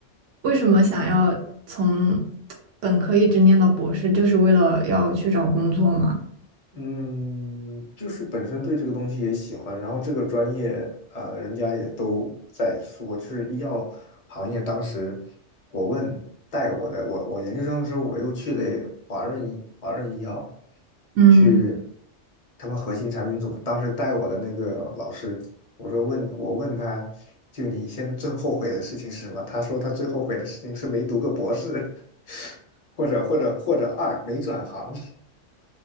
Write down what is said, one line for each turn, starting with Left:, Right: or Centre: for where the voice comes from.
Right: 为什么想要从本科一直念到博士，就是为了要去找工作吗？
Left: 嗯，就是本身对这个东西也喜欢，然后这个专业，呃，人家也都在说，就是医药行业。当时我问带我的，我我研究生的时候，我又去了华润医华润医药，
Right: 嗯。
Left: 去他们核心产品组。当时带我的那个老师，我说问我问他，就你现在最后悔的事情是什么？他说他最后悔的事情是没读个博士，<laughs> 或者或者或者二没转行。